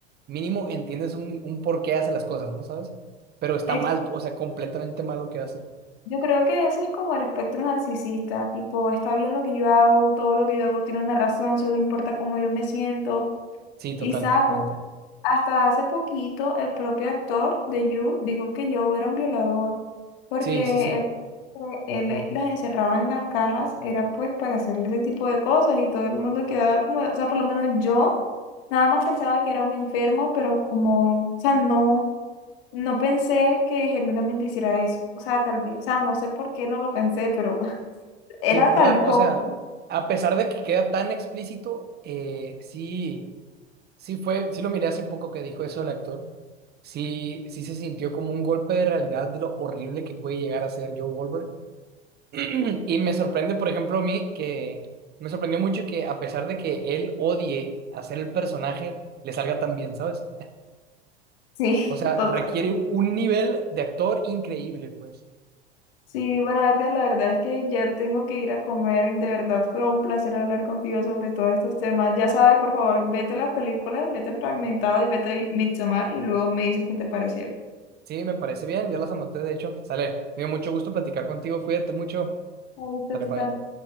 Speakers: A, on the right; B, on the left.
A: mínimo entiendes un, un por qué hace las cosas, ¿no sabes? Pero está
B: ex-
A: mal, o sea, completamente mal lo que hace.
B: yo creo que ese es como el espectro narcisista, tipo, está bien lo que yo hago, todo lo que yo hago tiene una razón, solo importa cómo yo me siento,
A: Sí, totalmente.
B: y sabe. Hasta hace poquito, el propio actor de You dijo que Joe era un violador, porque
A: Sí, sí, sí.
B: él, él las encerraba en las cajas, era pues para hacerle ese tipo de cosas y todo el mundo quedaba como, o sea, por lo menos yo nada más pensaba que era un enfermo, pero como, o sea, no, no pensé que genuinamente hiciera eso. O sea, tal vez, o sea, no sé por qué no lo pensé, pero <laughs> era
A: Sí, ¿verdad?
B: tal vez,
A: O
B: joven.
A: sea, a pesar de que queda tan explícito, eh, sí. Sí fue, sí lo miré hace poco que dijo eso el actor. Sí, sí se sintió como un golpe de realidad de lo horrible que puede llegar a ser Joe Goldberg. <clears throat> Y me sorprende, por ejemplo, a mí que me sorprendió mucho que a pesar de que él odie hacer el personaje, le salga tan bien, ¿sabes?
B: sí,
A: O sea,
B: <laughs>
A: requiere
B: total.
A: un un nivel de actor increíble, pues.
B: Sí, bueno, Edgar, la verdad es que ya tengo que ir a comer. De verdad fue un placer hablar contigo sobre todos estos temas. Ya sabes, por favor, vete las películas, vete Fragmentado y vete Midsommar y luego me dices qué te parecieron.
A: Sí, me parece bien, ya las anoté, de hecho. Sale, me dio mucho gusto platicar contigo, cuídate mucho.
B: Ahorita
A: Sale,
B: tú
A: bye.
B: también.